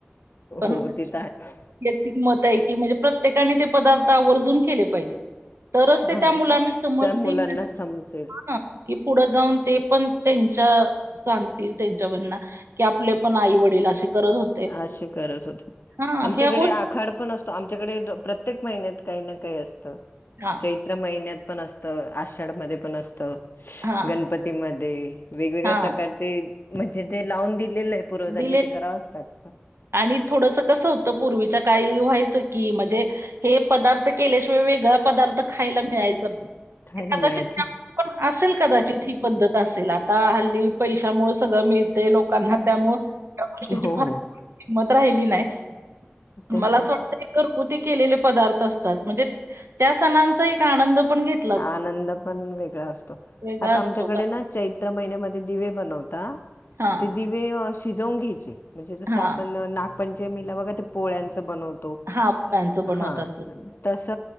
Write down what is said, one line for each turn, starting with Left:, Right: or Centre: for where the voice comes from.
Right: पण.
Left: हो ते तर आहे
Right: क मत आहे की म्हणजे प्रत्येकाने ते पदार्थ आवर्जून केले पाहिजे. तरच ते
Left: हा
Right: त्या मुलांना समजतील.
Left: त्या मुलांना समजेल
Right: ह कि पुढं जाऊन ते पण त्यांच्या सांगतील त्यांच्यावरना. की आपले पण आई वडील असे. करत होते.
Left: अशी करत होते
Right: हां
Left: आमच्याकडे
Right: ह्या गोष्टी
Left: आ. खाड पण असतो आमच्याकडे प्रत्येक महिन्यात काही ना काही असत.
Right: हां,
Left: चैत्र महिन्यात पण असतं आषाढ मध्ये पण असतं
Right: हां,
Left: गणपतीमध्ये. वेगवेगळ्या
Right: हां
Left: प्रकारचे म्हणजे ते लावून दिलेलंय पूर्वजांनी
Right: दिले
Left: ते करावंच लागत.
Right: आणि थोडंसं कसं होतं पूर्वीच्या काळी व्हायचं की म्हणजे. हे पदार्थ केल्याशिवाय वेगळा पदार्थ खायला मिळायच...
Left: खायला
Right: कदाचित
Left: मिळायचं
Right: त्या. पण असेल कदाचित ही पद्धत असेल आता हल्ली पैशामुळं सगळं मिळतंय लोकांना. त्यामुळे त्या गोष्टीची
Left: हो
Right: फार
Left: हो
Right: किंमत राहिली नाय मला
Left: तेच
Right: असं
Left: ना
Right: वाटतंय. ते घरगुती केलेले पदार्थ असतात म्हणजे त्या सणांचा एक आनंद पण घेत.
Left: आनंद पण वेगळा असतो
Right: वेगळा
Left: आता
Right: असतो
Left: आमच्याकडेना.
Right: कारण
Left: चैत्र महिन्यामध्ये दिवे बनवता
Right: हां,
Left: ते दिवे अ शिजवून घ्यायचे. म्हणजे जसं
Right: हां.
Left: आपण नागपंचमीला बघा ते पोळ्यांच बनवतो.
Right: हां, फळांचं बनवतात
Left: हा
Right: ते.
Left: तस